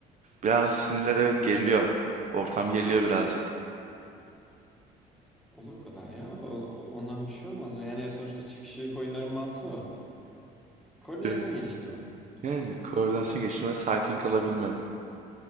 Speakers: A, on the right (about 45°); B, in the centre.
A: Biraz sinirler evet geriliyor. Ortam geriliyor birazcık.
B: Olur o kadar ya. O- ondan bir şey olmaz. Yani sonuçta çift kişilik oyunların mantığı o. Koordinasyon
A: Evet.
B: geliştirme.
A: Yani koordinasyon geliştirme, sakin kalabilme.